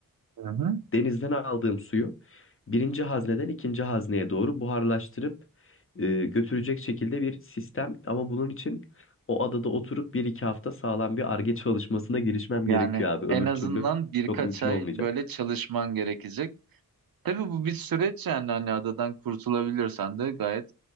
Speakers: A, on the right (about 75°); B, on the left (about 35°).
A: Hı hı.
B: denizden aldığım suyu birinci hazneden ikinci hazneye doğru buharlaştırıp e, götürecek şekilde bir sistem. Ama bunun için o adada oturup bir iki hafta sağlam bir arge çalışmasına girişmem
A: Yani
B: gerekiyor abi. Öbür
A: en azından
B: türlü
A: birkaç
B: çok mümkün
A: ay
B: olmayacak.
A: böyle çalışman gerekecek. Tabii bu bir süreç yani hani adadan kurtulabilirsen de gayet